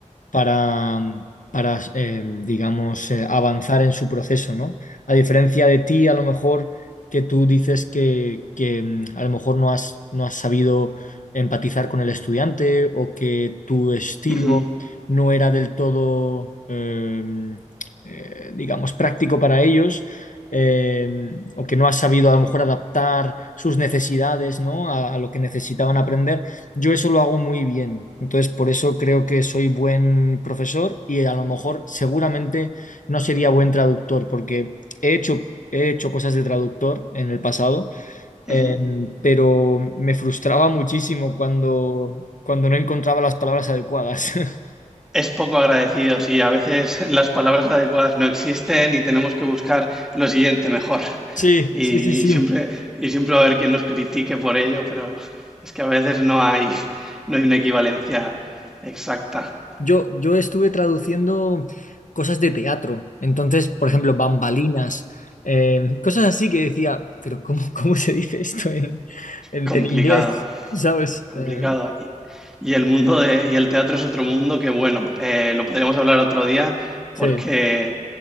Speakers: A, on the left; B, in the centre.
A: para, para eh, digamos, eh, avanzar en su proceso, ¿no? A diferencia de ti, a lo mejor que tú dices que, que, mm, a lo mejor no has, no has sabido empatizar con el estudiante o que tu estilo
B: ujú,
A: no era del todo, eh, eh, digamos, práctico para ellos. eh, o que no has sabido a lo mejor adaptar sus necesidades, ¿no? a a lo que necesitaban aprender. Yo eso lo hago muy bien. Entonces, por eso creo que soy buen profesor y a lo mejor seguramente no sería buen traductor, porque he hecho, he hecho cosas de traductor en el pasado, eh,
B: ujú.
A: pero me frustraba muchísimo cuando, cuando no encontraba las palabras adecuadas. <laughs>
B: Es poco agradecido, sí. A veces <laughs> las palabras adecuadas no existen y tenemos que buscar lo siguiente mejor.
A: Sí,
B: Y
A: sí, sí, sí.
B: siempre, y siempre va a haber quien nos critique por ello, pero es que a veces no hay, no hay una equivalencia exacta.
A: Yo, yo estuve traduciendo cosas de teatro, entonces, por ejemplo, bambalinas, eh, cosas así que decía, pero ¿cómo, cómo se dice esto en, en-
B: Complicado,
A: en inglés? ¿Sabes?
B: complicado.
A: Eh,
B: Y y el mundo de, y el teatro es otro mundo que, bueno, eh, lo podríamos hablar otro día
A: sí,
B: porque